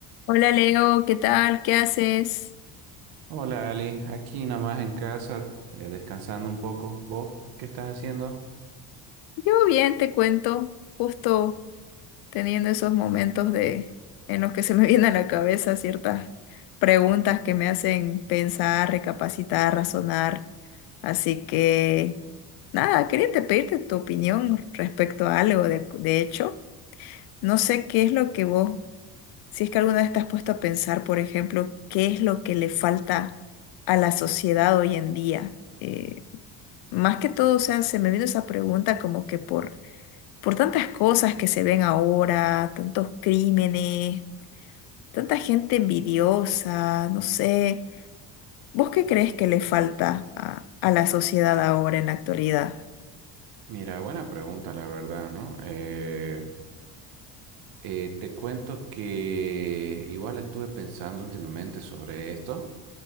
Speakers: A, on the left; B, on the right.
A: Hola Leo, ¿qué tal? ¿Qué haces?
B: Hola Ali, aquí nomás en casa, eh, descansando un poco. ¿Vos qué estás haciendo?
A: Yo bien, te cuento, justo teniendo esos momentos de en los que se me <laughs> vienen a la cabeza ciertas preguntas que me hacen pensar, recapacitar, razonar. Así que nada, quería te pedirte tu opinión respecto a algo. De, de hecho, no sé qué es lo que vos, si es que alguna vez te has puesto a pensar, por ejemplo, qué es lo que le falta a la sociedad hoy en día. Eh, Más que todo, o sea, se me vino esa pregunta como que por, por tantas cosas que se ven ahora, tantos crímenes, tanta gente envidiosa, no sé. ¿Vos qué crees que le falta a, a la sociedad ahora en la actualidad?
B: Mira, buena pregunta, la verdad, ¿no? Eh, eh, te cuento que igual estuve pensando últimamente sobre esto,